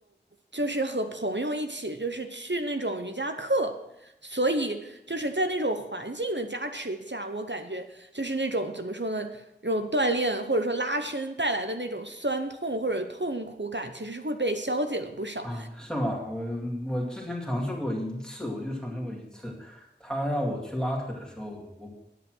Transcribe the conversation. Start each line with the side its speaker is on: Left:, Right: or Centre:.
Right: 就是和朋友一起，就是去那种瑜伽课，所以就是在那种环境的加持下，我感觉就是那种怎么说呢，那种锻炼或者说拉伸带来的那种酸痛或者痛苦感，其实是会被消解了不少。
Centre: 啊，是吗？我我之前尝试过一次，我就尝试过一次，他让我去拉腿的时候，我